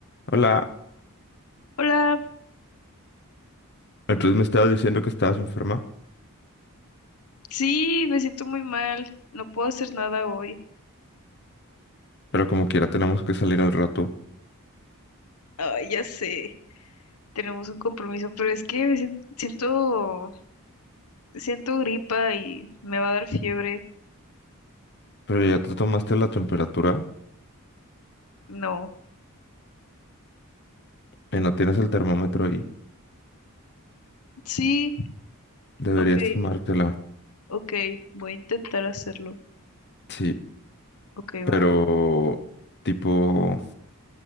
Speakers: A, on the left; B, on the left.
A: Hola,
B: Hola,
A: entonces me estabas diciendo que estabas enferma,
B: sí, me siento muy mal, no puedo hacer nada hoy.
A: pero como quiera tenemos que salir al rato.
B: Ay, ya sé, tenemos un compromiso, pero es que me sien- siento, siento gripa y me va a dar fiebre.
A: Pero ya te tomaste la temperatura
B: No,
A: y no tienes el termómetro ahí.
B: sí,
A: Deberías
B: ok,
A: tomártela.
B: ok, voy a intentar hacerlo.
A: Sí,
B: Ok,
A: pero
B: va.
A: tipo,